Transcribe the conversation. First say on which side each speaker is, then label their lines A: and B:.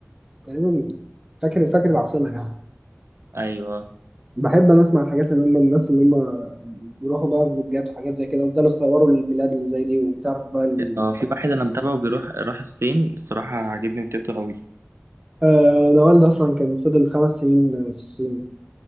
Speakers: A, on the right; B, on the right.
A: تقريبا فاكر فاكر العاصمه يعني
B: ايوه
A: بحب انا اسمع الحاجات اللي هم الناس اللي هم بيروحوا بقى فلوجات وحاجات زي كده ويفضلوا يصوروا البلاد اللي زي دي وبتعرف بقى ال...
B: اه في واحد انا متابعه بيروح راح الصين الصراحه عاجبني فيديوهاته قوي
A: آه انا والدي اصلا كان فضل خمس سنين في الصين